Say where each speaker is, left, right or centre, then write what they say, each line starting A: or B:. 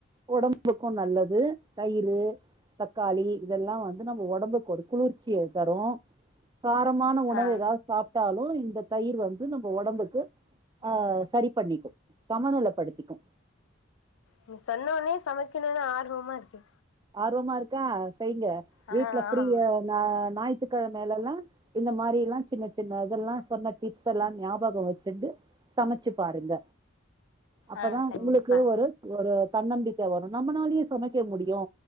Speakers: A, on the right; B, on the left.
A: ஒடம்புக்கு நல்லது தயிரு தக்காளி இதெல்லா வந்து நம்ம ஒடம்புக்கு ஒரு குளிர்ச்சிய தரு காரமான உணவு
B: ஆ
A: எதாவ்து சாப் ட்டாலு இந்த தயிர் வந்து நம்ம ஒடம்புக்கு ஆ செரி பண்ணிக்கு சமணல படுத்திக்கு
B: நீ சொன்னோனே சமைக்கணுனு ஆர்வமா இருக்கே
A: ஆர்வமா இருக்கா செய்ங்க
B: ஆ
A: வீட்டல ஃபிரியா
B: ஆமா
A: ஞா ஞாயி்த்துக்கிழமேல எல்லா இந்த மாறி எல்லா சின்ன சின்ன இதெல்லா சொன்ன டிப்ஸ் எல்லா ஞாபக வச்சுன்டு சமைச்சு பாருங்க அப்பதா
B: ஆ கண்டிப்பா
A: உங்களுக்கு ஒரு ஒரு தன்னம்பிக்க வரு நம்மளாலயே சமைக்க முடியு